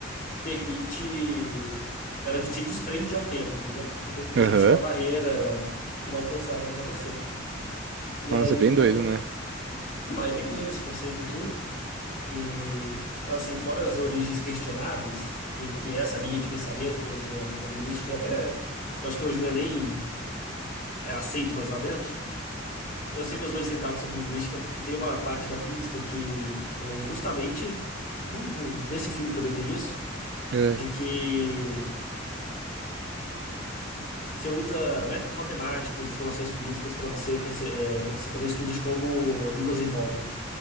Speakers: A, on the left; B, on the right.
A: permite, ela te desprende ao tempo, entendeu? Que o tempo deixa
B: Aham,
A: de ser uma barreira inalcançável para você. E
B: Nossa,
A: aí,
B: bem
A: pô,
B: doido,
A: cara,
B: né?
A: não, é bem doido esse conceito e tudo. E, assim, fora as origens questionáveis, que, que é essa linha de pensamento desde a, da linguística, e até, eu acho que hoje não é nem é aceito mais lá dentro. Eu sei meus dois centavos sobre linguística porque tem uma parte da física que é justamente, no, no- nesse filme também tem isso,
B: É,
A: de que Você usa métodos matemáticos e simulações físicas para você, para você fazer estudos de como línguas evolvem,